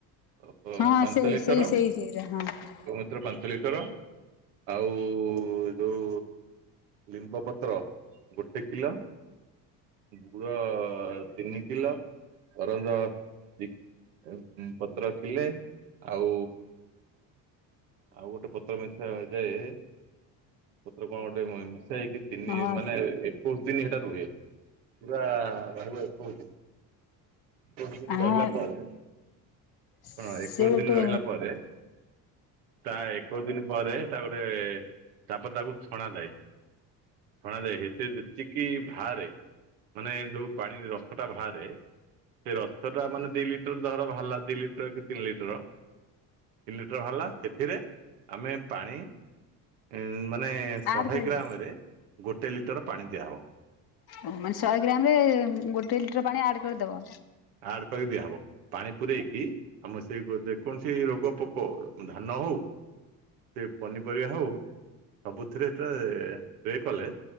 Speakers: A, on the right; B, on the left.
A: ଓହୋ
B: ହଁ
A: ପାଞ୍ଚ
B: ସେଇ
A: ଲିଟର
B: ସେଇ ସେଇ ସେଇଟା ହଁ
A: ଗୋମୂତ୍ର ପାଞ୍ଚ ଲିଟର ଆଉ ଯୋଉ ଲିମ୍ବ ପତ୍ର ଗୋଟେ କିଲ ଗୁଡ଼ ତିନି କିଲ ଅରଞ ଦି ପତ୍ର କିଲେ ଆଉ ଆଉ ଗୋଟେ ପତ୍ର ମିଶାଯାଏ ପତ୍ର କଣ ଗୋଟେ ମିଶା ହେଇକି ତିନି
B: ହଁ
A: ମାନେ ଏ କୋଉସି ଦିନ ହେଟା ରୁହେ ପୁରା ରହିବ ଏକଉସି ଦିନ। ଏକୋଇଶ ଦିନ
B: ହଁ
A: ରହିଲା ପରେ
B: ସେ
A: ହଁ ଏକୋଇଶ
B: ଗୋଟେ
A: ଦିନ ରହିଲା ପରେ ପ୍ରାୟ ଏକୋଇଶ ଦିନ ପରେ ଏଟାଗୋଟେ ତାପରେ ତାକୁ ଛଣାଯାଏ। ଫଳ ରେ ଏବେ ଯେତିକିି ଭାରେ ମାନେ ଯୋଉ ପାଣି ରସଟା ଭାରେ ସେ ରସଟା ମାନେ ଦି ଲିଟର ଧର ବାହାରିଲା ଦି ଲିଟର କି ତିନି ଲିଟର ତିନି ଲିଟର ବାହାରିଲା ସେଥିରେ ଆମେ ପାଣି ଉଁ ମାନେ ଶହେ
B: ଆଡ କରିବ
A: ଗ୍ରାମ୍ ରେ ଗୋଟେ ଲିଟର ପାଣି ଦିଆହବ।
B: ଓ ମାନେ ଶହେ ଗ୍ରାମ୍ ରେ ଗୋଟେ ଲିଟର ପାଣି ଆଡ୍ କରିଦବ?
A: ଆଡ୍ କରି ଦିଆହବ ପାଣି ପୂରେଇକି ଆମର ସେଇ ଯେକୌଣସି ରୋଗ ପୋକ ଧାନ ହଉ ସେ ପନିପରିବା ହଉ ସବୁଥିରେ ଏତେ ସ୍ପ୍ରେ କଲେ